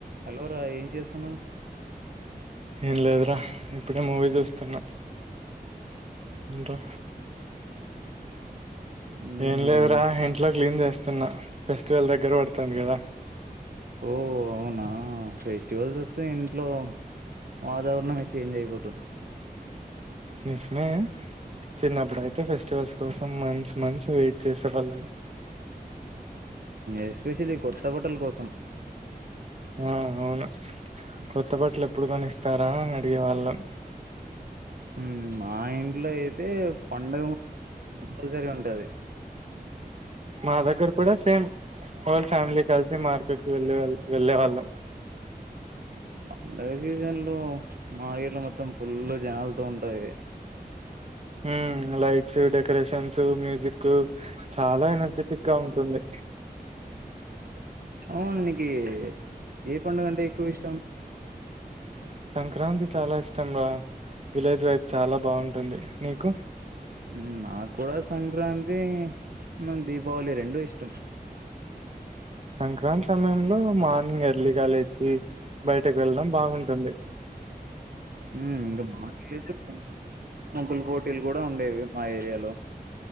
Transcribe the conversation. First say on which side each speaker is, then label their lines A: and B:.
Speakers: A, on the right; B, on the right.
A: Hello రా ఏం చెస్తున్నవ్
B: ఏం లేదురా ఇప్పుడే మూవీ చూస్తున్నా ఇంకా
A: మ్మ్
B: ఏం లేదురా ఇంట్లో క్లీన్ చేస్తున్నా ఫెస్టివల్ దగ్గర పడుతుంది కదా
A: ఓ అవునా ఫెస్టివల్స్ వస్తే ఇంట్లో వాతావరణమే చేంజ్ అయిపోతుంది
B: నిజమే చిన్నప్పుడయితే ఫెస్టివల్స్ కోసం మంచ్ మంచ్ వెయిట్ చేసే వాళ్ళం
A: ఎస్పెషలీ కొత్త బటల కోసం
B: ఆ అవును కొత్త బత్తలు ఎప్పుడు కొనిస్తారా అని అడిగేవాళ్ళం
A: ఊ మా ఇంట్లో అయితే పండగ కంపల్సరీ ఉంటది
B: మా దగ్గర కూడా సేమ్ హోల్ ఫ్యామిలీ కలిసి మార్కెట్కి వెళ్ళళ్ వెళ్ళే వాళ్ళం
A: పండుగ సీజన్ లో మా ఇల్లు మొత్తం ఫుల్ జనాలతో ఉంటది
B: ఉమ్ లైట్స్ డెకరేషన్స్ మ్యూజిక్ చాలా ఎనర్జెటిక్ గా ఉంటుంది
A: అవుకి నికి ఏ పండగ అంటే ఎక్కువ ఇష్టం
B: సంక్రాంతి చాలా ఇష్టం రా విలేజ్ లైఫ్ చాలా బాగుంటుంది నీకు
A: ఊ నా కూడా సంక్రాంతి వున్ను దీపావళి రెండూ ఇష్టం
B: సంక్రాంతి సమయంలో మార్నింగ్ ఎర్లీగా లేచి బయటకు వెళ్ళడం బాగుంటుంది
A: ఊ ఇంకా మార్నింగ్ లో ఐతే ముగ్గులు పోటీలు కూడా ఉండేవి మా ఏరియాలో